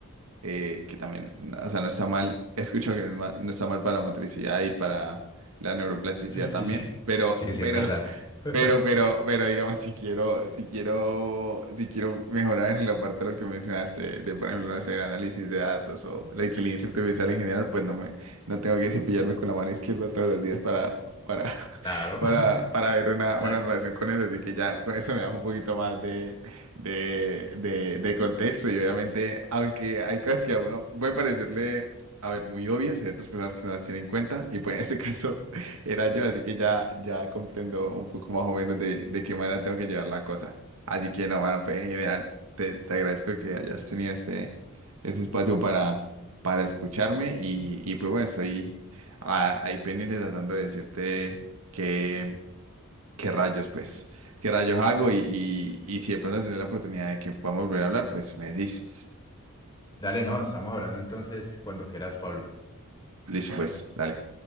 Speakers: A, on the right (about 75°); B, on the left (about 20°).
A: eh, que también, o sea, no está mal, he escuchado que no, es mal- no está mal para la motricidad y para la neuroplasticidad
B: <laughs>
A: también,
B: Sí. Sí,
A: pero,
B: sí,
A: pero,
B: es verdad. <laughs>
A: pero, pero, pero, digamos, si quiero, si quiero, si quiero mejorar en la parte de lo que mencionaste, de, por ejemplo, no sé, el análisis de datos o la inteligencia artificial en general, pues no me, no tengo que cepillarme con la mano izquierda todos los días para, para, <laughs>
B: Claro.
A: para, para ver una,
B: <laughs> Exacto.
A: una relación con eso, así que ya con eso me da un poquito más de de, de, de contexto y obviamente, aunque hay cosas que a uno puede parecerle, a ver, muy obvias, hay otras personas que no las tienen en cuenta y pues en este caso <laughs> era yo, así que ya, ya comprendo un poco más o menos de, de qué manera tengo que llevar la cosa. Así que no, mano, pues en general te, te agradezco que hayas tenido este, este espacio para, para escucharme y, y pues bueno, estoy a- ahí pendiente tratando de decirte que qué rayos, pues, qué rayos hago y, y, y si de pronto tener la oportunidad de que podamos volver a hablar, pues me decís,
B: Dale, no, estamos hablando entonces cuando quieras, Pablo.
A: listo, pues, dale.